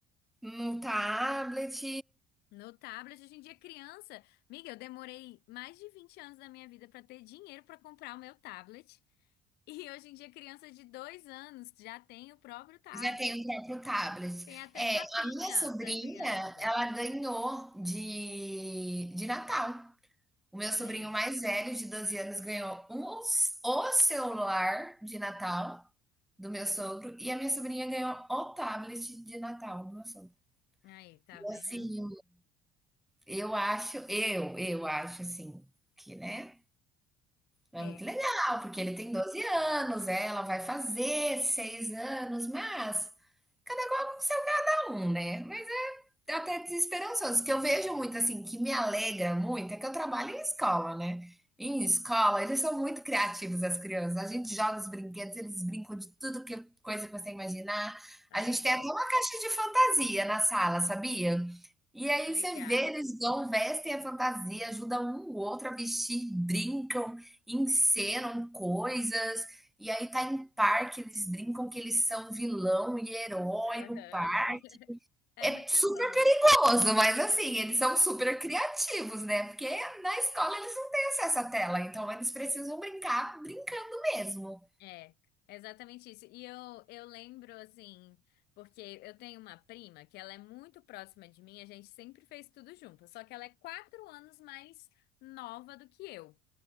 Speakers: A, in the centre; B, on the left.
A: No tablet,
B: no tablet. Hoje em dia, criança. Amiga, eu demorei mais de 20 anos da minha vida pra ter dinheiro pra comprar o meu tablet. <laughs> E hoje em dia, criança de dois anos já tem o próprio tablet.
A: já tem o próprio tablet.
B: Tem até
A: É,
B: capinha
A: a minha sobrinha,
B: para criança.
A: ela ganhou de de Natal. O meu sobrinho
B: Aí,
A: mais velho, de 12 anos, ganhou um, o celular de Natal do meu sogro e a minha sobrinha ganhou o tablet de Natal do meu sogro.
B: aí, tá
A: E
B: vendo?
A: assim, eu acho, eu, eu acho assim, que, né? É
B: É.
A: muito legal, porque ele tem 12 anos, é, ela vai fazer 6 anos, mas cada qual com seu cada um, né? Mas até desesperançoso, que eu vejo muito assim, que me alegra muito, é que eu trabalho em escola, né? Em escola, eles são muito criativos, as crianças. A gente joga os brinquedos, eles brincam de tudo que coisa que você imaginar.
B: Aí
A: A gente
B: é bom.
A: tem até uma caixa de fantasia na sala, sabia? E aí
B: Legal.
A: você vê, eles vão, vestem a fantasia, ajudam um o outro a vestir, brincam, encenam coisas. E aí tá em parque, eles brincam que eles são vilão e herói
B: Aham.
A: no parque.
B: <laughs> É
A: É
B: muito
A: super
B: bom.
A: perigoso, mas assim, eles são super criativos, né? Porque na escola eles não têm acesso à tela, então eles precisam brincar brincando mesmo.
B: É, é exatamente isso. E eu, eu lembro, assim, porque eu tenho uma prima que ela é muito próxima de mim, a gente sempre fez tudo junto, só que ela é quatro anos mais nova do que eu.